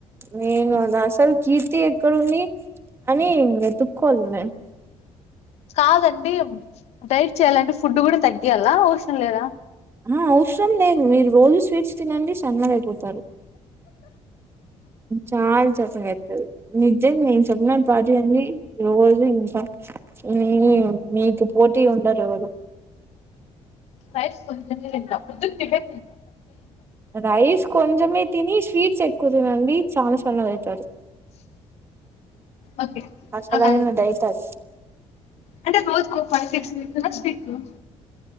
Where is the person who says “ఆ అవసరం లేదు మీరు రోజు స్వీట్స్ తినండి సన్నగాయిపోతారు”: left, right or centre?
Right